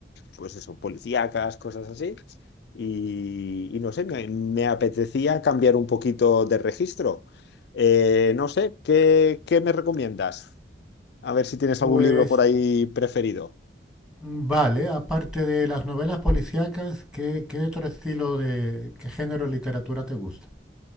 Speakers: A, on the left; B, in the centre.
A: pues eso, policíacas, cosas así y, y no sé, me, me apetecía cambiar un poquito de registro. Eh, no sé, ¿qué, qué me recomiendas? A ver si tienes
B: Pues
A: algún libro por ahí preferido.
B: mm, vale, aparte de las novelas policíacas, ¿qué, qué otro estilo de, qué género de literatura te gusta?